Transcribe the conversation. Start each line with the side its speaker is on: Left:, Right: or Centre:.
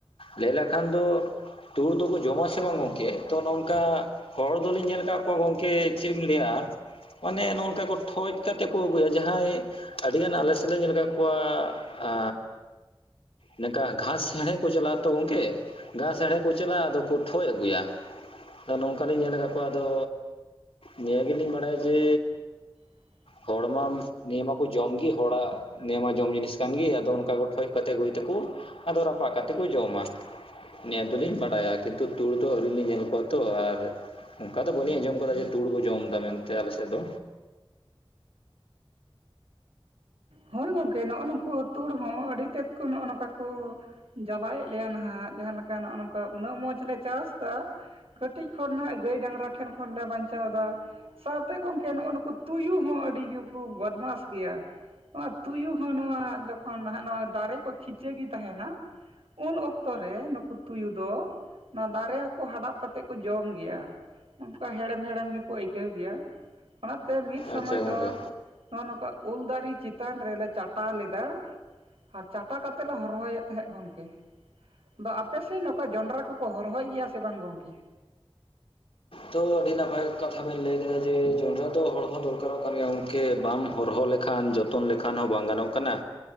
Left: ᱞᱟᱹᱭ ᱞᱮᱠᱷᱟᱱ ᱫᱚ ᱛᱩᱲ ᱫᱚᱠᱚ ᱡᱚᱢᱟ ᱥᱮ ᱵᱟᱝ ᱜᱚᱝᱠᱮ ᱛᱚ ᱱᱚᱝᱠᱟ ᱦᱚᱲ ᱫᱚᱞᱤᱧ ᱧᱮᱞ ᱠᱟᱜ ᱠᱚ ᱜᱚᱝᱠᱮ ᱪᱮᱜ ᱮᱢ ᱞᱟᱹᱭᱟ ᱢᱟᱱᱮ ᱱᱚᱜᱚ ᱱᱚᱝᱠᱟ ᱠᱚ ᱴᱷᱚᱡ ᱠᱟᱛᱮ ᱠᱚ ᱟᱹᱜᱩᱭᱟ᱾ ᱡᱟᱦᱟᱸᱭ ᱟᱹᱰᱤᱜᱟᱱ ᱟᱞᱮ ᱥᱮᱜ ᱫᱚ ᱧᱮᱞ ᱟᱠᱟᱜ ᱠᱚᱣᱟ ᱟᱻ ᱱᱚᱱᱠᱟ ᱜᱷᱟᱥ ᱦᱮᱬᱦᱮᱜ ᱠᱚ ᱪᱟᱞᱟᱜ-ᱟ ᱛᱚ ᱜᱚᱝᱠᱮ ᱜᱷᱟᱥ ᱦᱮᱬᱦᱮᱜ ᱠᱚ ᱪᱟᱞᱟᱜ-ᱟ ᱟᱫᱚ ᱠᱚ ᱴᱷᱚᱡ ᱟᱹᱜᱩᱭᱟ᱾ ᱟᱫᱚ ᱱᱚᱝᱠᱟᱞᱤᱧ ᱧᱮᱞ ᱟᱠᱟᱜ ᱠᱚᱣᱟ ᱟᱫᱚ ᱱᱤᱭᱟᱹ ᱜᱮᱞᱤᱧ ᱵᱟᱲᱟᱭᱟ ᱡᱮ
Right: <inaudible>
Left: ᱦᱚᱲᱢᱟ ᱱᱤᱭᱟᱹ ᱢᱟᱠᱚ ᱡᱚᱢ ᱜᱤ ᱦᱚᱲᱟᱜ ᱱᱤᱭᱟᱹ ᱢᱟ ᱡᱚᱢ ᱡᱤᱱᱤᱥ ᱠᱟᱱ ᱜᱤ ᱟᱫᱚ ᱚᱱᱠᱟ ᱠᱚ ᱴᱷᱚᱡ ᱠᱟᱛᱮᱜ ᱟᱜᱩᱭ ᱫᱟᱜ ᱠᱩ᱾ ᱟᱫᱚ ᱨᱟᱯᱟᱜ ᱠᱟᱛᱮᱜ ᱠᱚ ᱡᱚᱢᱟ᱾ ᱱᱤᱭᱟᱹ ᱫᱚᱞᱤᱧ ᱵᱟᱲᱟᱭᱟ ᱠᱤᱱᱛᱩ ᱛᱩᱲ ᱫᱚ ᱟᱹᱣᱨᱤ ᱞᱤᱧ ᱧᱮᱞ ᱠᱚᱣᱟ ᱛᱚ ᱟᱨ ᱚᱱᱠᱟ ᱫᱚ ᱵᱟᱹᱞᱤᱧ ᱟᱸᱡᱚᱢ ᱠᱟᱫᱟ ᱡᱮ ᱛᱩᱲ ᱠᱚ ᱡᱚᱢ ᱫᱟ ᱢᱮᱱᱛᱮ ᱟᱞᱮ ᱥᱮᱜ ᱫᱚ᱾
Right: ᱦᱳᱭ ᱜᱚᱝᱠᱮ ᱱᱚᱜᱚ ᱱᱩᱠᱩ ᱛᱩᱲ ᱦᱚᱸ ᱟᱹᱰᱤ ᱛᱮᱫ ᱠᱚ ᱱᱚᱜᱚ ᱱᱚᱝᱠᱟ ᱠᱩ ᱡᱟᱞᱟᱭᱮᱜ ᱞᱮᱭᱟ ᱱᱟᱦᱟᱜ ᱡᱟᱦᱟᱸ ᱞᱮᱠᱟ ᱱᱚᱜ ᱱᱚᱝᱠᱟ ᱩᱱᱟᱹᱜ ᱢᱚᱸᱡᱽ ᱞᱮ ᱪᱟᱥ ᱫᱟ ᱠᱟᱹᱴᱤᱡ ᱠᱷᱚᱱ ᱱᱟᱦᱟᱜ ᱜᱟᱹᱭ ᱰᱟᱝᱨᱟ ᱴᱷᱮᱱ ᱠᱷᱚᱱᱞᱮ ᱵᱟᱧᱪᱟᱣᱫᱟ᱾ ᱥᱟᱶᱛᱮ ᱜᱚᱝᱠᱮ ᱱᱚᱜᱚ ᱱᱩᱠᱩ ᱛᱩᱭᱩ ᱦᱚᱸ ᱟᱹᱰᱤ ᱜᱮᱠᱚ ᱵᱚᱫᱢᱟᱥ ᱜᱮᱭᱟ᱾ ᱱᱚᱣᱟ ᱛᱩᱭᱩ ᱦᱚᱸ ᱱᱚᱣᱟ ᱡᱚᱠᱷᱚᱱ ᱱᱟᱦᱟᱜ ᱱᱚᱣᱟ ᱫᱟᱨᱮ ᱠᱚ ᱠᱷᱤᱪᱟᱹ ᱜᱮ ᱛᱟᱦᱮᱱᱟ ᱩᱱ ᱚᱠᱛᱚ ᱨᱮ ᱱᱩᱠᱩ ᱛᱩᱭᱩ ᱫᱚ ᱚᱱᱟ ᱫᱟᱨᱮ ᱦᱚᱸᱠᱚ ᱦᱟᱰᱟᱵ ᱠᱟᱛᱮᱜ ᱠᱚ ᱡᱚᱢ ᱜᱮᱭᱟ᱾ ᱚᱱᱠᱟ ᱦᱮᱲᱮᱢ ᱦᱮᱲᱮᱢ ᱜᱮᱠᱚ ᱟᱹᱭᱠᱟᱹᱣ ᱜᱮᱭᱟ᱾ ᱚᱱᱟᱛᱮ ᱢᱤᱫ ᱥᱚᱢᱚᱭ
Left: ᱟᱪᱪᱷᱟ ᱜᱚᱝᱠᱮ
Right: ᱫᱚ ᱦᱚᱜᱚ ᱱᱚᱝᱠᱟ ᱩᱞ ᱫᱟᱨᱤ ᱪᱤᱛ ᱪᱮᱛᱟᱱ ᱨᱮᱞᱮ ᱪᱟᱴᱟ ᱞᱮᱫᱟ ᱟᱨ ᱪᱟᱴᱟ ᱠᱟᱛᱮᱜ ᱞᱮ ᱦᱚᱨᱦᱚᱭᱮᱜ ᱛᱟᱦᱮᱸᱫ ᱜᱚᱝᱠᱮ᱾ ᱫᱚ ᱟᱯᱮᱥᱮᱜ ᱱᱚᱝᱠᱟ ᱡᱚᱱᱰᱽᱨᱟ ᱠᱚᱠᱚ ᱦᱚᱨᱦᱚᱭ ᱜᱮᱭᱟ ᱥᱮ ᱵᱟᱝ ᱜᱚᱝᱠᱮ?
Left: ᱛᱚ ᱟᱹᱰᱤ ᱱᱟᱯᱟᱭ ᱠᱟᱛᱷᱟ ᱵᱮᱱ ᱞᱟᱹᱭ ᱠᱮᱫᱟ ᱡᱮ ᱡᱚᱱᱰᱽᱨᱟ ᱫᱚ ᱦᱚᱲ ᱦᱚᱸ ᱫᱚᱨᱠᱟᱨᱚᱜ ᱠᱟᱱ ᱜᱮᱭᱟ ᱜᱚᱝᱠᱮ ᱵᱟᱢ ᱦᱚᱨᱦᱚ ᱞᱮᱠᱷᱟᱱ ᱡᱚᱛᱚᱱ ᱞᱮᱠᱷᱟᱱ ᱦᱚᱸ ᱵᱟᱝ ᱜᱟᱱᱚᱜ ᱠᱟᱱᱟ᱾